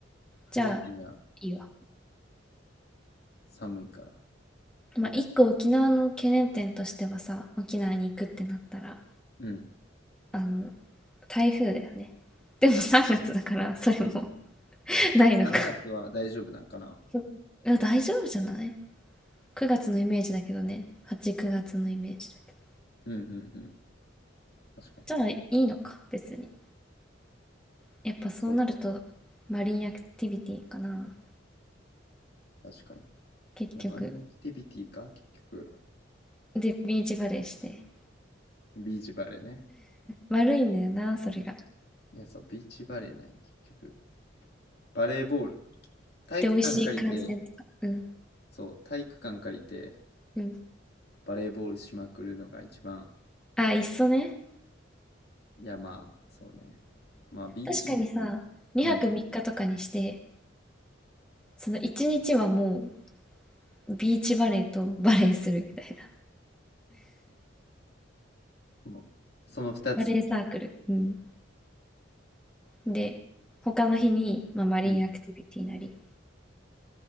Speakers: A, on the left; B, in the centre.
A: 春休みは
B: じゃあ、いいわ。
A: 寒いから。
B: まあ一個沖縄の懸念点としてはさ、沖縄に行くってなったら、
A: うん。
B: あの、台風だよね。でも3月だから、それも <laughs> ないのか。
A: 3月は大丈夫なんかな。
B: そういや、大丈夫じゃない ?9 月のイメージだけどね。8、9月のイメージだけど。
A: うん、うん、うん。確かに。
B: じゃあ、いいのか、別に。やっぱそうなると、
A: そうか。
B: マリンアクティビティかな。
A: 確かに。い
B: 結局。
A: やマリンアクティビティか結局。
B: で、ビーチバレーして。
A: ビーチバレーね。
B: 悪いんだよな、それが。
A: いや、そう、ビーチバレーなんよ、結局。バレーボール。体育館借りて、
B: で、美味しい観戦とか。うん。
A: そう、体育館借りて、
B: うん。
A: バレーボールしまくるのが一番。
B: あ、いっそね。
A: いや、まあ、そうね。まあ、ビーチ
B: 確かにさ、2泊3日とかにして、
A: うん。
B: その1日はもう、ビーチバレーとバレーするみたいな。
A: もうその二つ。
B: バレーサークル。うん。で、他の日に、まあ、マリンアクティビティなり。
A: うん。